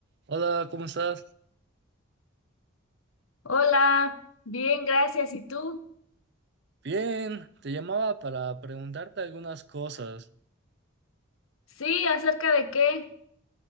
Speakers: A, on the right; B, on the left.
A: Hola, ¿cómo estás?
B: Hola, bien, gracias. ¿Y tú?
A: Bien, te llamaba para preguntarte algunas cosas.
B: Sí, ¿acerca de qué?